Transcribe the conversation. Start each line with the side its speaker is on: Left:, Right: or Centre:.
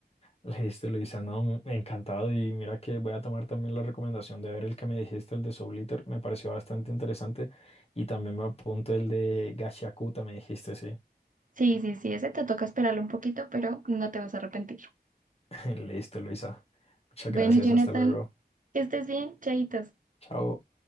Left: Listo, Luisa, no, encantado y mira que voy a tomar también la recomendación de ver el que me dijiste, el de Soul eater me pareció bastante interesante y también me apunto el de Gashiakuta, me dijiste, sí.
Right: Sí, sí, sí, ese te toca esperarlo un poquito, pero no te vas a arrepentir.
Left: <laughs> Listo, Luisa. Muchas
Right: Bueno,
Left: gracias,
Right: Jonathan,
Left: hasta luego.
Right: que estés bien, chaitos.
Left: Chao.